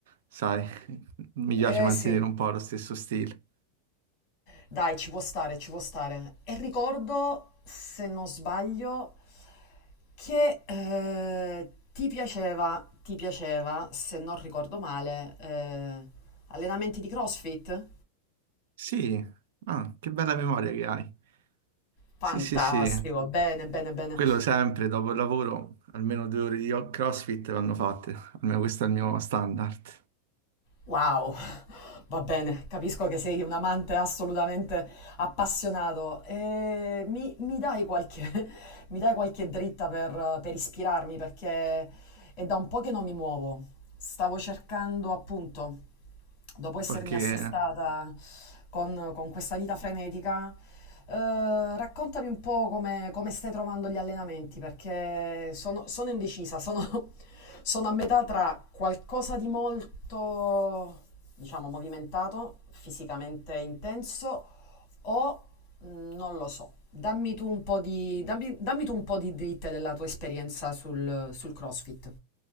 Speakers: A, on the right; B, on the left.
A: Sai, <laughs> mi piace
B: Eh
A: mantenere
B: sì,
A: un po' lo stesso stile.
B: dai, ci può stare, ci può stare. E ricordo, se non sbaglio, che eh, ti piaceva, ti piaceva, se non ricordo male, eh, allenamenti di CrossFit?
A: Sì, ah, che bella memoria che hai.
B: Fantastico,
A: Sì, sì, sì,
B: bene, bene, bene.
A: quello sempre dopo il lavoro, almeno due ore di CrossFit vanno fatte, almeno questo è il mio standard.
B: Wow, va bene, capisco che sei un amante assolutamente appassionato. E mi, mi dai qualche, <laughs> mi dai qualche dritta per, per ispirarmi perché è da un po' che non mi muovo. Stavo cercando appunto dopo essermi
A: Qualche...
B: assestata con, con questa vita frenetica, eh, raccontami un po' come, come stai trovando gli allenamenti, perché sono, sono indecisa, sono, <laughs> sono a metà tra qualcosa di molto, diciamo, movimentato, fisicamente intenso, o mm, non lo so. Dammi tu un po' di, dammi, dammi tu un po' di dritte della tua esperienza sul, sul CrossFit.